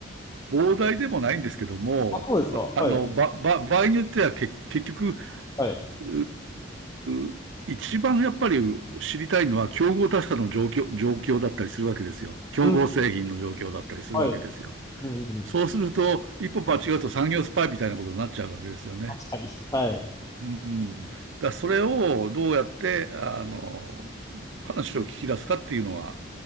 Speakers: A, on the right (about 70°); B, on the left (about 15°).
A: 膨大でもないんですけども、
B: あ、そうですか。
A: あの、
B: はい。
A: ば、ば、場合によってはけ、結局、
B: はい。
A: うー一番やっぱり知りたいのは競合他社の状況、状況だったりするわけですよ。競合製品の状況だったりするわけですよ。
B: うん。はい。うんうん。
A: そうすると、一歩間違うと産業スパイみたいなことになっちゃうわけですよね。
B: 確かに。はい。
A: うん。だからそれをどうやって、あの、話を聞き出すかっていうのは、